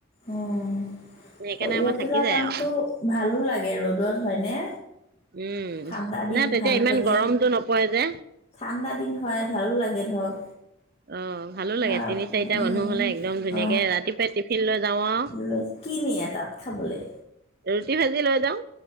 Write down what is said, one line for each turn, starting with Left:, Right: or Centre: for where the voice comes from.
Left: অ',
Right: সেইকাৰণে
Left: সৰিয়হ
Right: আমাৰ থাকি
Left: তোলা
Right: যায়
Left: কামটো
Right: আৰু
Left: ভালো লাগে ৰ'দত হয়নে?
Right: উম,
Left: ঠাণ্ডা দিন
Right: না তেতিয়া
Left: ভালো
Right: ইমান
Left: লাগে
Right: গৰমটো নপৰে যে
Left: ঠাণ্ডা দিন হয়, ভালো লাগে ধৰক।
Right: অ', ভালো
Left: হয়
Right: লাগে তিনি, চাৰিটা
Left: উম
Right: মানুহ হ'লে একদম ধুনীয়াকে
Left: অ
Right: ৰাতিপুৱাই টিফিন লৈ যাওঁ আৰু।
Left: লৈ কি নিয়ে তাত খাবলে?
Right: ৰুটি, ভাজি লৈ যাওঁ।